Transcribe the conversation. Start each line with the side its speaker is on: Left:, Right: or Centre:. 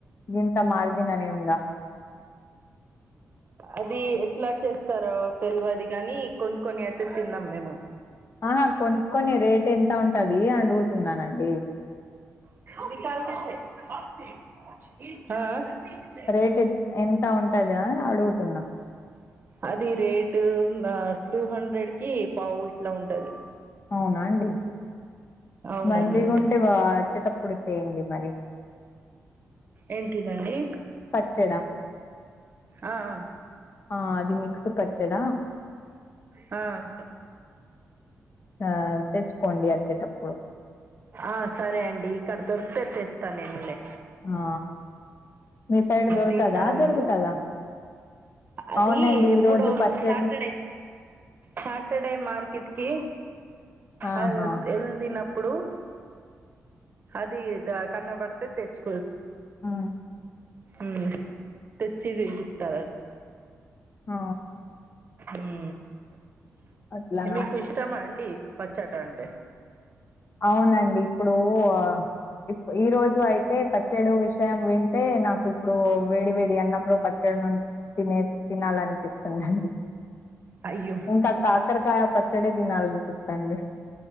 Left: గింత మార్జిన్ అని ఉందా
Right: అది ఎట్ల చేస్తరో తెల్వది గానీ కొను కొని అయితే తిన్నాం మేము
Left: ఆహా కొనుక్కొని రేట్ ఎంత ఉంటది అడుగుతున్నానండి
Right: ఆ ఆ
Left: రేట్ ఎం ఎంత ఉంటదా అడుగుతున్నా
Right: అది రేటు నా టూ హండ్రెడ్ కి పావు ఇట్లా ఉంటాది
Left: అవునా అండి
Right: అవునండి
Left: మంచిగుంటే బా వచ్చేటప్పుడు తేండి మరి
Right: ఏంటిదండి
Left: పచ్చడా
Right: ఆ ఆ
Left: ఆ అది మిక్స్ పచ్చడ
Right: ఆ
Left: ఆ తెచ్చుకొండి అచ్చేటప్పుడు
Right: ఆ సరే అండి ఇక్కడ దొరికితే తెస్తా నేను లే
Left: ఆ మీ సైడ్ దొరకదా
Right: తింటారా
Left: దొరుకుతదా
Right: మీరు అది
Left: అవునండి
Right: ఎప్పుడో
Left: ఈరోజు పచ్చేడ్లు
Right: సాటర్డే సాటర్డే మార్కెట్కి
Left: ఆహా
Right: అ ఎళ్లినం పుడు అది ద కన్నబడితే తెచ్చుకో
Left: ఆ
Right: ఉమ్ తెచ్చిదిగి ఇస్తార
Left: ఆ
Right: ఉమ్
Left: అట్లనా
Right: మీకు ఇష్టమా అండి పచ్చట అంటే?
Left: అవునండి ఇప్పుడు ఆ ఇప్ ఈ రోజు అయితే పచ్చేడు విషయం వింటే, నాకు ఇప్పుడు వేడి వేడి అన్నంలో పచ్చడి ను తినే తినాలనిపిస్తుందండి.
Right: అయ్యో
Left: ఇంకా కాకరకాయ పచ్చడే తినాలినిపిస్తాంది.